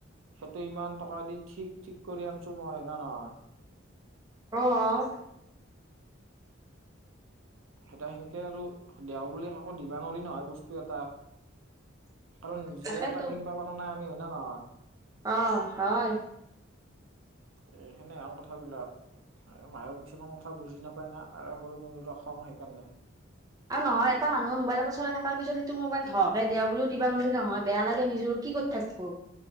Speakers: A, on the right (about 85°); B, on the right (about 20°).
A: সেইটো ইমান টকা দি ঠিক-ঠিক কৰি আনছো মই হয় নে নহয়।
B: অ'।
A: সেইটা সেনকে আৰু দেও বুলি কাকো দিবা নোৱাৰি নহয় বস্তু এটা। কাৰণ নিজে
B: তাকেতো।
A: এটা কিনিবা পৰা নাই আমি হয় না নহয়?
B: অ', হয়।
A: এ সেনেহেন কথাবিলাক মায়েও কিছুমান কথা বুজি নাপায় না সৰু মানুহ সেইকাৰণে।
B: আৰু নহয় এটা মানুহৰ মোবাইল এটা চলাই থকাৰ পিছত সেইটো মোবাইল ধহকে দিয় বুলিও দিব নোৱাৰি নহয় বেয়া লাগে নিজৰ। কিহত থাকবো।